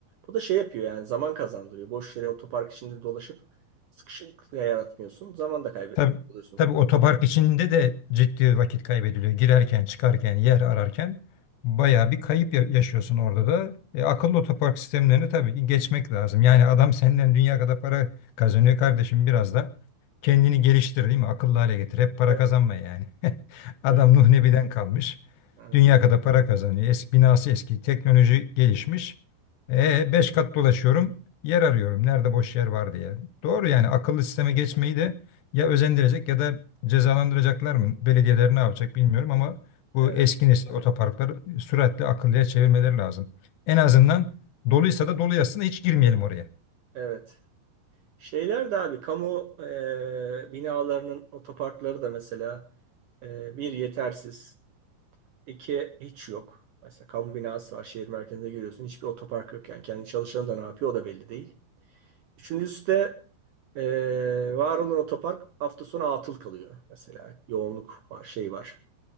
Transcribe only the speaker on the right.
Bu da şey yapıyor yani zaman kazandırıyor. Boş yere otopark içinde dolaşıp Sıkışıklık yaratmıyorsun. Zaman da kaybetmemiş
oluyorsun.
Evet,
evet,
evet,
evet,
evet. Şeyler de abi kamu e, binalarının otoparkları da mesela e, bir yetersiz, iki hiç yok. Mesela kamu binası var şehir merkezine giriyorsun hiçbir otopark yok yani kendi çalışanı da ne yapıyor o da belli değil. Üçüncüsü de e, var olan otopark hafta sonu atıl kalıyor mesela yoğunluk var şey var.